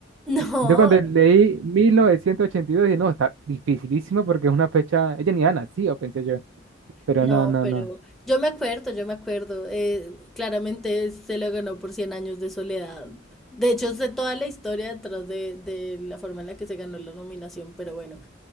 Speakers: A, in the centre; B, on the right.
A: No,
B: Yo cuando leí 1982 dije, no, está dificilísimo porque es una fecha, ella ni había nacido, pensé yo. Pero
A: no,
B: no, no,
A: pero
B: no.
A: yo me acuerdo, yo me acuerdo. eh, claramente se lo ganó por cien años de soledad. De hecho, sé toda la historia detrás de, de la forma en la que se ganó la nominación, pero bueno,